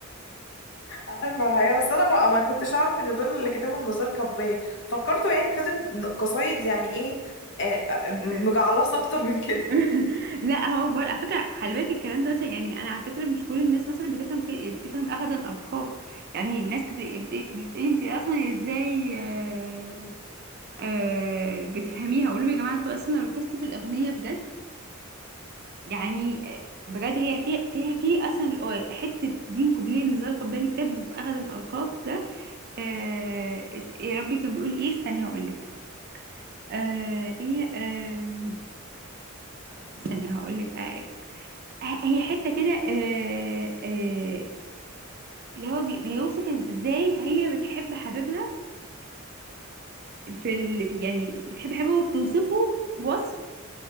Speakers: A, on the left; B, on the right.
A: عارفة الحقيقة بس أنا ما, ما كنتش أعرف إن دول اللي كاتبهم نزار قباني فكرته يعني كاتب قصايد يعني إيه آه، آه،
B: ف-
A: مجعلصة أكتر من كده
B: <laughs> لا هو بر... على فكره خلي بالك الكلام ده مثلا يعني انا على فكره مش كل الناس مثلا بتفهم ك... بتفهم اغدا القاك يعني ناس كتير بت... بتقولي انت اصلا ازاي آه... آه... بتفهميها اقول لهم يا جماعه انتوا اصلا لو ركزتوا في الاغنيه بجد يعني بجد هي في فيها في اصلا الأو- حته دين كوبليه اللي زال قبالي كاتبه في اغد القاك ده آه اس- يا ربي كان بيقول ايه استني هقول لك آه ايه آه استني هقول لك آه ه- هي حته كده آه آه اللي هو بي- بيوصف ازاي هي بتحب حبيبها في ال... يعني بتحب حبيبها وبتوصفه وصف